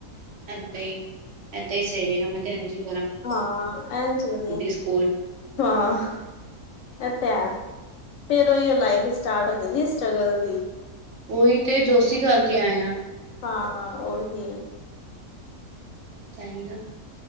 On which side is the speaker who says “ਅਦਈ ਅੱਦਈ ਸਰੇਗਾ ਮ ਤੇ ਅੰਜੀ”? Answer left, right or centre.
Right